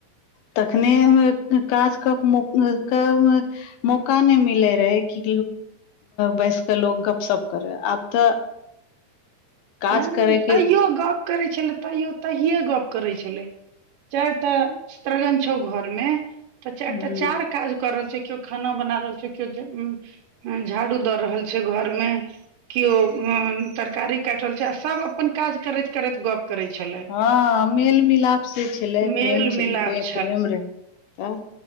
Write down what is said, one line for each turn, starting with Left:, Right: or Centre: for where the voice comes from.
Left: तखने काज क <unintelligible> मौका नइ मिलै रहै कि बैस कऽ लोक गप सप करे आब तऽ काज
Right: नय
Left: करे के
Right: तैयो गप करै छले तैयो तहिये गप करै छलै चाइरटा स्रगन छौ घर मे तऽ चाइरटा
Left: ह
Right: चार काज कर रहल छै केओ खाना बना रहल छै केओ अं झाड़ू द रहल छै घर मे किओ उं तरकारी काट रहल छै आ सब अपन काज करैत करैत गप करै छलै
Left: हँ मेल मिलाप से छलै
Right: मेल
Left: प्रेम छे
Right: मिलाप
Left: प्रेम रहै तऽ